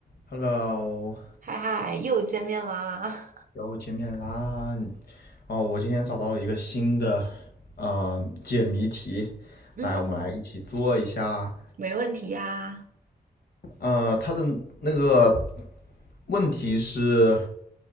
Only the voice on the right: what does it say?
嗨嗨，又见面啦！
<laughs> 嗯，
没问题呀。